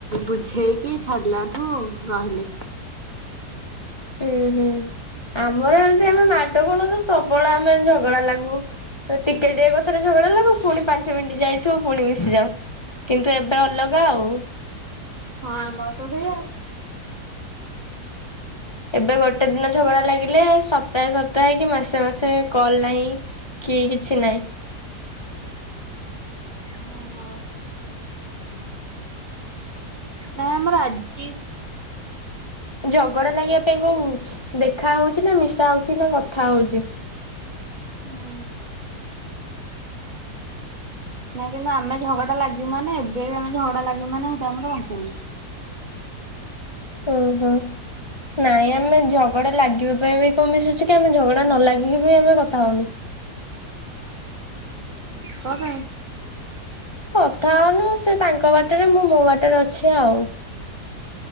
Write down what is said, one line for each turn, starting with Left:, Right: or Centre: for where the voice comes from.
Right: ବୁଝେଇକି ଛାାଡିଲାଠୁ ରହିଲେ।
Left: ହୁଁ ହୁଁ ଆମର ଏମିତି ଆମେ ମାଡଗୋଳର ପ୍ରବଳ ଆମେ ଝଗଡା ଲାଗୁ। ତ ଟିକେ ଟ କଥ ଗଡା ପୁଣି ପାଞ୍ଚ ମିନିଟ ଯାଇଥିବ ପୁଣି ମିଶିଯାଉ। କିନ୍ତୁ ଏବେ ଅଲଗା ଆଉ।
Right: ହଁ ଆମର ତ ସେଇଆଉ।
Left: ଏବେ ଗୋଟେ ଦିନ ଝଗଡା ଲାଗିଲେ ସପ୍ତାହେ ସପ୍ତାହେ କି ମାସେ ମାସେ କଲ ନାହିଁ କି କିଛି ନାହିଁ।
Right: ହଁ ହଉ। ନାଇଁ ଆମ ଆଜି
Left: ଝଗଡ଼ା ଲାଗିବା ପାଇଁ କୋଉ ଦେଖା ହଉଛି ନା ମିଶା ହଉଛି ନା କଥା ହଉଚି
Right: ହୁଁ ନାଇଁ କିନ୍ତୁ ଆମେ ଝଗଡା ଲାଗିବ ନା ଏବେ ଆମେ ଝଗଡା ଲାଗିବ ମ ନା ସେଇଟା ଆମର ପାଞ୍ଚ ମିନିଟ୍
Left: ଓହୋ ନାଇଁ ଆମେ ଝଗଡା ଲାଗିବା ପାଇଁ ବି କଣ ମିଶୁଛୁ କି ଆମେ ଝଗଡା ନ ଲାଗିକି ବି ଆମେ କଥା ହଉନୁ।
Right: କ ପାଇଁ
Left: କଥା ହଉନୁ ସେ ତାଙ୍କ ବାଟରେ ମୁଁ ମୋ ବାଟରେ ଅଛି ଆଉ।